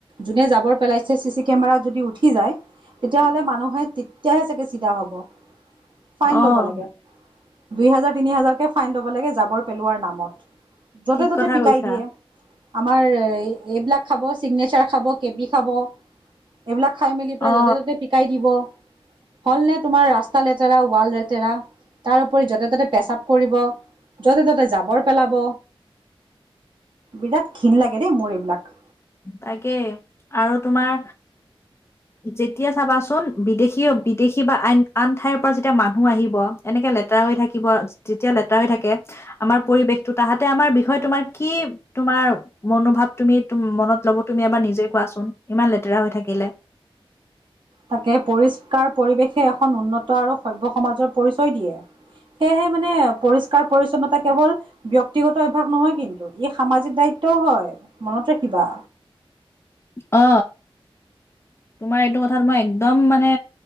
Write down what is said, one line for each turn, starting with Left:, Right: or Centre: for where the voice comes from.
Right: যোনে যাবৰ পেলাইছে চি চি কেমেৰাত যদি উঠি সি যায় তেতিয়াহ'লে মানুহে তেতিয়াহে চাগে চিধা হব ফাইন
Left: আহ
Right: ল'ব লাগে দুই হাজাৰ তিনি হাজাৰকে ফাইন ল'ব লাগে জাবৰ পেলোৱাৰ নামত য'তে
Left: ঠিক
Right: ত'তে
Left: কথা
Right: পিকাই
Left: কৈছা
Right: দিয়ে আমাৰ এইবিলাক খাব চিগনেচাৰ খাব কেবি খাব এইবিলাক খাই মেলি পেলাই
Left: অ
Right: য'তে ত'তে পিকাই দিব হল নে তোমাৰ ৰাস্তা লেতেৰা ৱাল লেতেৰা তাৰপৰি য'তে ত'তে পেচাপ কৰিব যতে ততে জাবৰ পেলাব বিৰাট ক্ষণ লাগে দেই মোৰ এইবিলাক
Left: তাকে আৰু তোমাৰ যেতিয়া চাবাচোন বিদেশী বিদেশী বা আন আন ঠাইৰ পৰা যেতিয়া মানুহ আহিব এনেকে লেৰা হৈ থাকিব যেতিয়া লেতেৰা হৈ থাকে আমাৰ পৰিবেশটো তাহাতে আমাৰ বিষয়ে তোমাৰ কি তোমাৰ মনোভাৱ তুমি মনত লব তুমি এবাৰ নিজে কোৱাচোন ইমান লেতেৰা হৈ থাকিলে
Right: তাকে পৰিষ্কাৰ পৰিৱেশে এখন উন্নত আৰু সভ্ সমাজৰ পৰিচয় দিয়ে সেয়েহে মানে পৰিষ্কাৰ পৰি্ছন্নতা কেৱল ব্য্য়ক্তিগত অভাস নহয় কিন্তু ই সামাজিক দায়িত্বও হয় মনত ৰাখিবা
Left: অ তোমাৰ এইটো কথাত মই একদম মানে